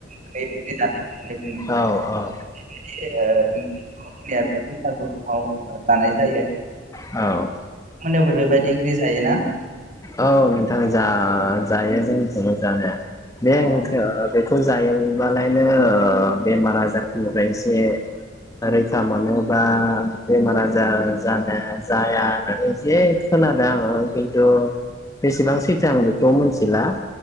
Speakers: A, on the right; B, on the left.
A: <unintelligible>
B: औ औ
A: बैसागु समाव दानाय जायो <unintelligible>
B: औ
A: मोनायावबो बेबायद जायोना
B: औ नोंथां जा जायो जोंनिथिंबो जानाया। <unintelligible>
A: अ
B: जायोबालायनो ओ बेमार आजारफोरनिफ्राय एसे रैखा मोनोबा बेमार आजार जानाया जाया होननानै जे खोनादों आङो खिन्थु बेसेबां सैथो आं बेखौ मिथिला।